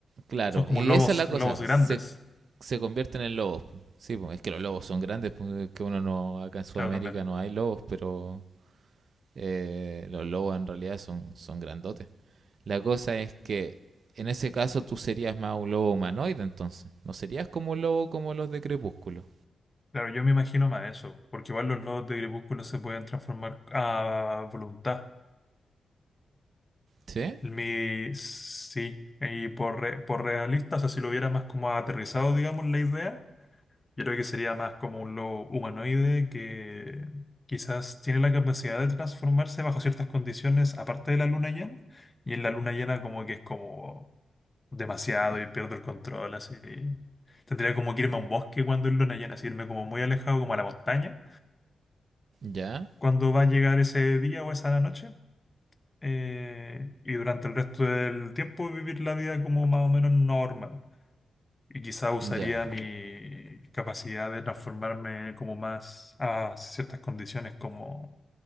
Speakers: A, on the right (about 50°); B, on the left (about 15°).
A: Claro,
B: son como
A: y
B: lobos
A: esa es la cosa,
B: lobos grandes
A: se, se convierten en lobos. po. Sí, pues es que los lobos son grandes, pues, es que uno no, acá en Sudamérica
B: claro también
A: no hay lobos, pero eh, los lobos en realidad son, son grandotes. La cosa es que en ese caso tú serías más un lobo humanoide entonces. No serías como un lobo como los de Crepúsculo.
B: claro yo me imagino más eso porque igual los lobos de gribucho se pueden transformar a voluntad
A: ¿Sí?
B: Mi, sí, y por, re- por realista, o sea, si lo hubiera más como aterrizado, digamos, la idea, yo creo que sería más como un lobo humanoide que quizás tiene la capacidad de transformarse bajo ciertas condiciones, aparte de la luna llena, y en la luna llena como que es como demasiado y pierdo el control, así. Tendría como que irme a un bosque cuando es luna llena, así irme como muy alejado, como a la montaña,
A: Ya,
B: cuando va a llegar ese día o esa noche. eh, y durante el resto del tiempo vivir la vida como más o menos normal. Y quizá usaría
A: ya,
B: mi capacidad de transformarme como más a ciertas condiciones, como